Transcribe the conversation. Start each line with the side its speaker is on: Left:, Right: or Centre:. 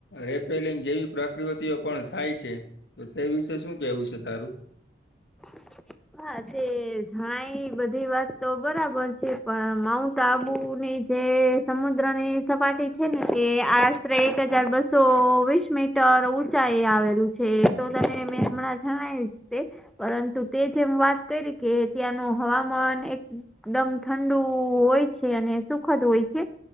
Left: રેપેલિંગ જેવી પ્રકૃતિઓ પણ થાય છે. તો તે વિશે શું કેવું છે તારું.
Centre: <inaudible> હા તે જણાય બધી વાત તો બરાબર છે પણ માઉન્ટ આબુ ની જે સમુદ્ર ની સપાટી છે ને કે આશરે એક હજાર બસો વીસમી તર ઊંચા એ આવેલું છે તો તમે મેં હમણાં જણાવ્યું તે પરંતુ તે જેમ વાત કરી કે ત્યાંનું હવામાન એક એકદમ ઠંડુ હોય છે અને સુખદ હોય છે.